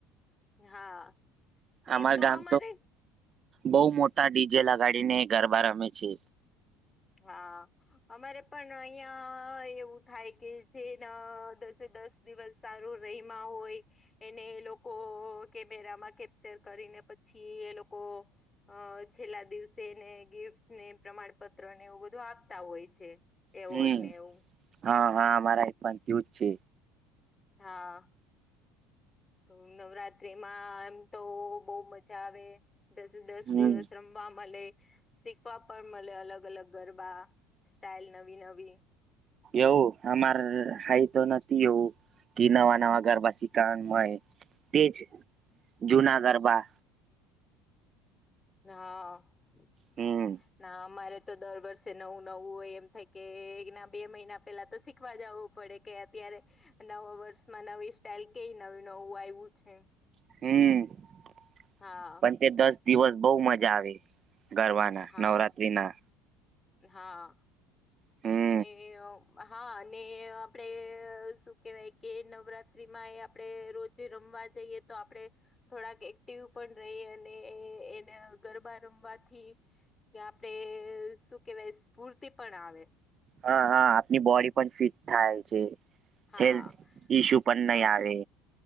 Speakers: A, on the left; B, on the right.
A: હા ને
B: અમાર
A: એમ તો
B: ગામ
A: અમારે
B: બહુ મોટા ડીઝે લગાડી ને ગરબા રમે છે.
A: હા અમારે પણ અહિયાં એવું થાય કે જેના દસે દસ દિવસ સારું રયમાં હોય એને એ લોકો કેમેરામાં કેપ્ચર કરીને પછી એ લોકો અ છેલ્લા દિવસે એને ગિફ્ટ ને પ્રમાણપત્ર ત્ર ને એવું બધું આપતા હોય છે. એવોર્ડ
B: હમ
A: ને એવું
B: હા હા અમારા એક પણ થયું જ છે.
A: હા. તો નવરાત્રીમાં એમ તો બહુ મજા આવે. દસે દસ
B: હમ
A: દિવસ રમવા મળે. શીખવા પણ મળે અલગ અલગ ગરબા સ્ટાઇલ નવી નવી
B: એવું હમારે હાઈ તો નથી એવું કે નવા નવા ગરબા શીખાવાનું હોય તેજ જૂના ગરબા
A: હા
B: હમ
A: ના અમારે તો દર વર્ષે નવું નવું હોય એમ થાય કે ના બે મહિના પેલા તો શીખવા જવું પડે કે અત્યારે નવા વર્ષમાં નવી સ્ટાઈલ કેઈ નવું નવું આવ્યું છે.
B: હમ.
A: હા.
B: પણ તે દસ દિવસ બઉ મજા આવે ગરવાના
A: હા
B: નવરાત્રીના
A: હા
B: હમ્મ
A: અને હા અને આપડે શું કેવાય કે નવરાત્રી માં એ આપણે રોજે રમવા જઈએ તો આપડે થોડાક એક્ટિવ પણ રહીએ અને એને ગરબા રમવાથી કે આપણે શું કેવાય સ્ફૂર્તિ પણ આવે
B: હા હા આપની બોડી પણ ફિટ થાય છે.
A: હા
B: હેલ્થ ઇસ્યુ પણ
A: હા
B: નઈ આવે